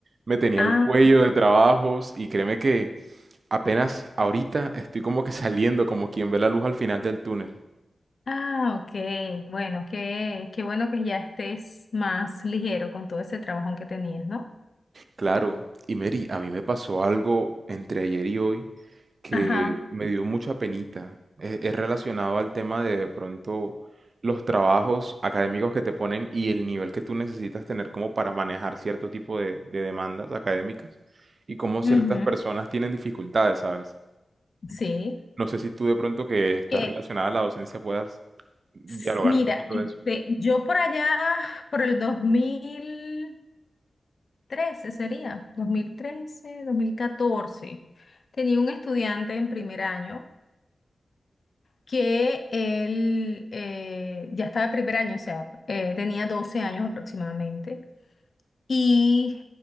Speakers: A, on the right; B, on the left.
A: me tenía
B: Ah,
A: el cuello de trabajos y créeme que apenas ahorita estoy como que saliendo, como quien ve la luz al final del túnel.
B: ah, ok. Bueno, qué, qué bueno que ya estés más ligero con todo ese trabajo que tenías, ¿no?
A: Claro, y Mary, a mí me pasó algo entre ayer y hoy que
B: Ajá.
A: me dio mucha penita. Es, es relacionado al tema de, de pronto los trabajos académicos que te ponen y el nivel que tú necesitas tener como para manejar cierto tipo de, de demandas académicas y cómo
B: ujú,
A: ciertas personas tienen dificultades, ¿sabes?
B: Sí.
A: No sé si tú de pronto que estás
B: Que,
A: relacionada a la docencia puedas dialogar
B: s- mira,
A: un poquito
B: este,
A: de eso.
B: yo por allá, por el dos mil trece sería, dos dos mil trece dos mil catorce Tenía un estudiante en primer año que él eh, ya estaba en primer año, o sea, eh, tenía 12 años aproximadamente. Y